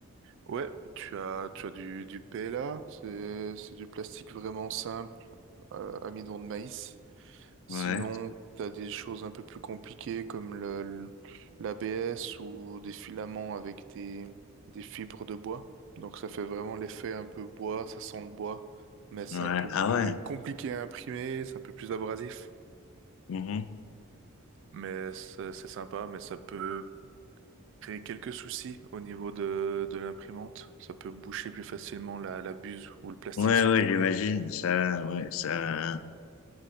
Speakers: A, on the right; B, on the left.
A: Ouais, tu as, tu as du, du PLA, c'est, c'est du plastique vraiment simple, euh, amidon de maïs. Sinon,
B: Ouais,
A: t'as des choses un peu plus compliquées comme le, le- l'ABS ou des filaments avec des, des fibres de bois. Donc ça fait vraiment l'effet un peu bois, ça sent le bois, mais c'est
B: ouais,
A: un peu
B: ah
A: plus
B: ouais.
A: compliqué à imprimer, c'est un peu plus abrasif.
B: mhm.
A: Mais c'est c'est sympa, mais ça peut créer quelques soucis au niveau de, de l'imprimante. Ça peut boucher plus facilement la, la buse où le plastique
B: Ouais,
A: sort.
B: ouais, j'imagine, ça, ouais, ça,